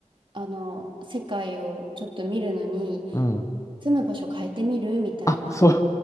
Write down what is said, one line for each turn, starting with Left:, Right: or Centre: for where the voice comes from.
Right: あの、世界をちょっと見るのに、
Left: うん。
Right: 住む場所変えてみるみたいな。
Left: あ、そう。